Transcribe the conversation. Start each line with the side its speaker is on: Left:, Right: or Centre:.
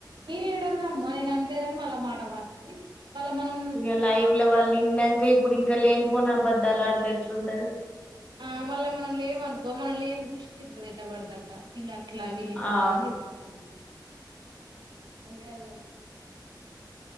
Right: ఏ ఏడన్నా అమ్మా నేన్ అన్లేదని మళ్ళా మాట మారుతుంది మళ్లా మనం
Left: ఇక లైవ్ లో వాళ్ళు ఇన్నాక ఇప్పుడు ఇంకా లేనిపోని అబద్దాలు ఆడితే ఎట్ల ఉంటది
Right: ఆ మళ్ళ మనం లేవనుకో మనం లేని దృష్టి కా ఎంట్టబడితేక్క వీళ్ళ అట్లా వీళ్ళు ఇట్లా
Left: ఆ
Right: అని ఊ ఉల్లిపాయలు కోయ్